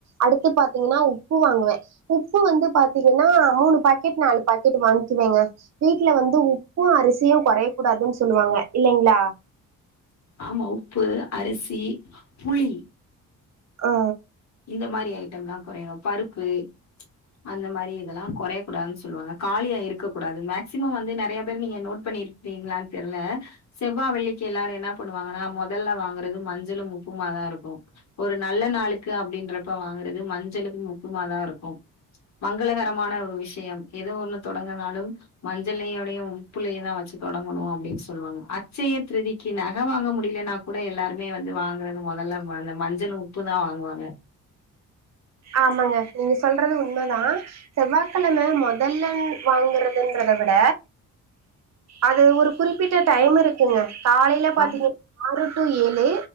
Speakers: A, on the right (about 50°); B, on the left (about 55°).
A: அடுத்து பாத்தீங்கன்னா உப்பு வாங்குவே உப்பு வந்து பாத்திங்கனா மூணு பாக்கெட் நாலு பாக்கெட் வாங்கிகுவேங்க வீட்ல வந்து உப்பு அரிசியு கொறைய கூடாதுன்னு சொல்லுவாங்க இல்லைங்களா
B: ஆமா உப்பு அரிசி புளி
A: ஒ
B: இந்த மாறி ஐட்டம்ல்லா கொறையணு பருப்பு அந்த மாறி இதெல்லா கொறையக் கூடாதுன் சொல்வாங்க காலியா இருக்கக்க கூடாது மேக்சிமம் வந்து நெறைய பேர் நீங்க நோட் பண்ணி இருக் நீங்களான்னு தெர்ல செவ்வா வெள்ளிக்கி எல்லாரு என்ன பண்ணுவாங்கன்னா மொதல்ல வாங்குறது மஞ்சளு உப்பு மா தா இருக்கு ஒரு நல்ல நாளுக் க்கு அப்டின்றப்ப வாங்குறது மஞ்சளு உப்பு மா தா இருக்கு மங்களகரமான ஒரு விஷயம் எது ஒண்ணு தொடங்குனாலு மஞ்சளையோடயு உப்புலையு தா வச்சு தொடங்கணு அப்டின்னு சொல்லுவாங்க அச்சைய திருதிக்கு நக வாங்க முடியலன்னா கூட எல்லாருமே வந்து வாங்குறது மொதல்ல அந்த மஞ்சளு உப்பு தா வாங்குவாங்க
A: ஆமாங்க நீங்க சொல்றது உண்ம தா செவ்வாக்கெழம மொதல்லன் வாங்கறதுன்றத விட அது ஒரு குறிப்பிட்ட டைம் இருக்குங்க காலையில பாத்தீங்
B: ஆமா
A: ஆறு டூ ஏழு